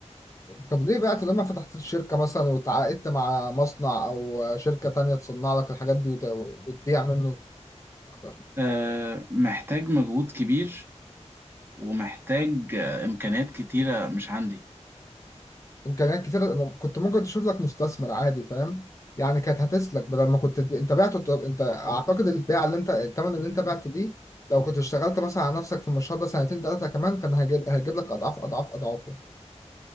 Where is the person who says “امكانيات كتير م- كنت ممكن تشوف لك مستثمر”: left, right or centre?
Left